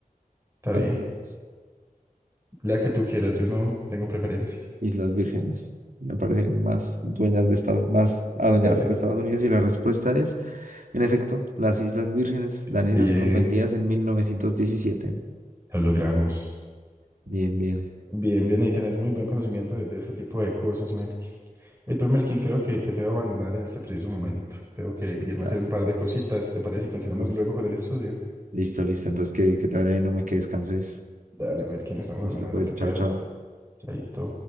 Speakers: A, on the right (about 20°); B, on the right (about 70°).
A: está
B: ¿Cuál
A: bien.
B: de las dos?
A: La que tú quieras, yo no tengo preferencia.
B: Islas Vírgenes. Me parecen más dueñas de Estados, más adueñadas
A: Dale.
B: por Estados Unidos y la respuesta es, en efecto, las Islas Vírgenes danesas
A: Bien,
B: fueron vendidas en 1917.
A: lo logramos.
B: Bien, bien.
A: Bien, bien, ahí tenés muy buen conocimiento de, de este tipo de cosas, Melkin. Eh, pero Melkin, creo que, que te voy a abandonar en este preciso momento. Tengo
B: Sí,
A: que, que irme
B: ya.
A: a hacer un par de cositas, ¿te parece?
B: Listo,
A: Y continuamos
B: pues.
A: luego con el estudio.
B: Listo, listo. Entonces, que, que te vaya bien, no me que descanses.
A: Dale, Melkin, estamos
B: Listo,
A: hablando,
B: pues.
A: te
B: Chao,
A: cuidas.
B: chao.
A: Chaito.